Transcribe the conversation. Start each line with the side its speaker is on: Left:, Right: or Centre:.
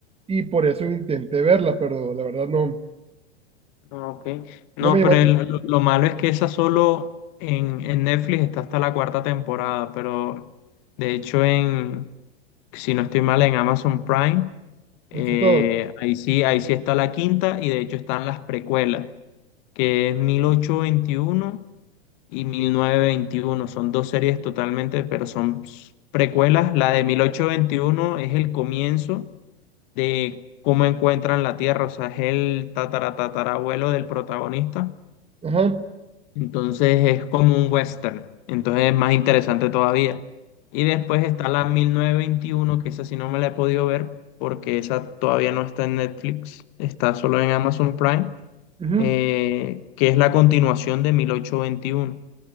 Right: y por eso intenté verla, pero la verdad no,
Left: Ah, Ok. No,
Right: no me llamaste.
Left: pero el- lo, lo malo es que esa solo en, en Netflix está hasta la cuarta temporada, pero de hecho en, si no estoy mal, en Amazon Prime, eh,
Right: Está todo.
Left: ahí sí, ahí sí está la quinta y de hecho están las precuelas, que es 1821 y 1921. Son dos series totalmente, pero son s- precuelas. La de 1821 es el comienzo de cómo encuentran la Tierra, o sea, es el tataratatarabuelo del protagonista,
Right: Ajá.
Left: entonces es como un western, entonces es más interesante todavía. Y después está la 1921 que esa sí no me la he podido ver, porque esa todavía no está en Netflix, está solo en Amazon Prime,
Right: ujú.
Left: eh, que es la continuación de 1821